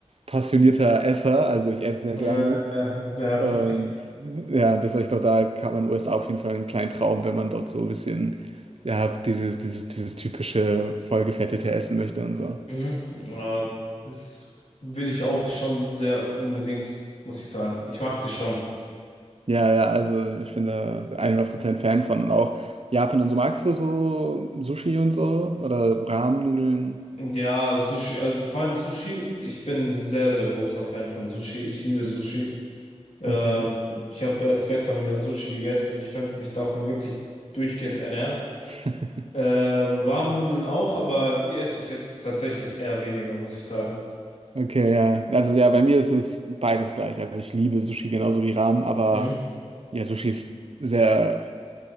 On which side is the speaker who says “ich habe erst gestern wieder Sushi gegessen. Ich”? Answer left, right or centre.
Left